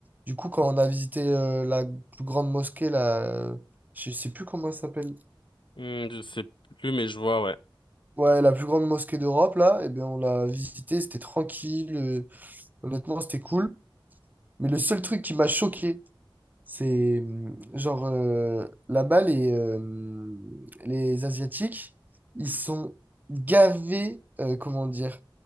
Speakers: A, on the right; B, on the left.
A: Du coup, quand on a visité euh, la plus grande mosquée, la, je sais plus comment elle s'appelle,
B: Hmm, je sais plus, mais je vois, ouais.
A: Ouais, la plus grande mosquée d'Europe, là, eh bien, on l'a visitée, c'était tranquille, euh, honnêtement, c'était cool. Mais le seul truc qui m'a choqué, c'est hum, genre euh, là-bas, les, euh, les Asiatiques, ils sont gavés, euh, comment dire,